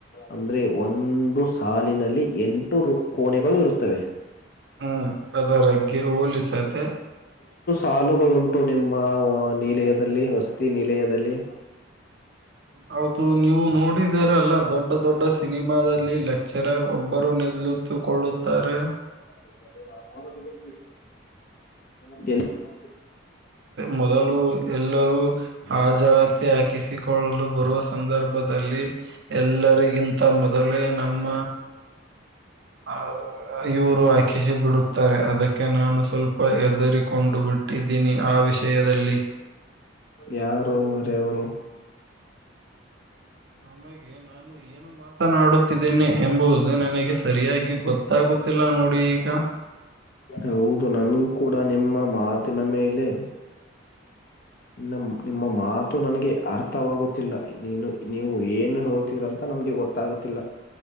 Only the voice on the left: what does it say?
ಅಂದ್ರೆ ಒಂದು ಸಾಲಿನಲ್ಲಿ ಎಂಟು ರೂ ಕೋನೆೆಗಳು ಇರುತ್ತವೆ.
ಹಾಲುಗಳುಂಟು ನಿಮ್ಮ ನಿಲಯದಲ್ಲಿ ವಸತಿ ನಿಲಯದಲ್ಲಿ.
<unintelligible>
ಯಾರೊ ಮಾರಾಯ ಅವ್ರು.
ಹೌದು ನನಗೂ ಕೂಡ ನಿಮ್ಮ ಮಾತಿನ ಮೇಲೆ. ಇನ್ನ ನಿಮ್ಮ ಮಾತು ನನಗೆ ಅರ್ಥವಾಗುತ್ತಿಲ್ಲ ನೀನು ನೀವು ಏನು ಹೇಳುತ್ತೀರಾ ಅಂತ ನಮಗೆ ಗೊತ್ತ ತಾಗತ್ತಿಲ್ಲ.